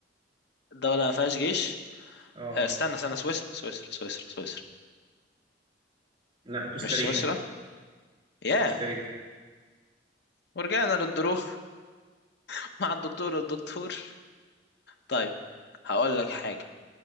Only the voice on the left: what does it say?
الدولة ما فيهاش جيش
آه، استنى استنى سويسرا سويسرا سويسرا سويسرا
مش سويسرا يا
ورجعنا للدرو <laughs> مع الدكتور والدكتور طيب هقول لك حاجة